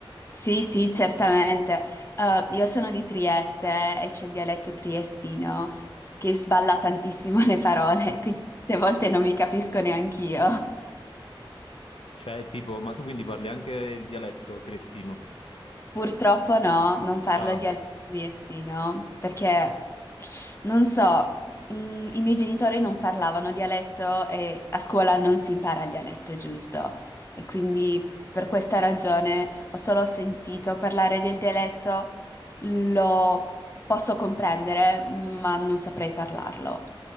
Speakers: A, on the left; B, on the left.
A: Sì, sì, certamente. Eh, io sono di Trieste e c'è il dialetto triestino che sballa tantissimo <laughs> le parole, quindi a volte non mi capisco neanch'io.
B: Cioè, tipo, ma tu quindi parli anche il dialetto triestino?
A: Purtroppo no, non parlo
B: Ah,
A: il dialetto triestino perché non so, mh, i miei genitori non parlavano dialetto e a scuola non si impara il dialetto, giusto? E quindi per questa ragione ho solo sentito parlare del dialetto, lo posso comprendere, ma non saprei parlarlo.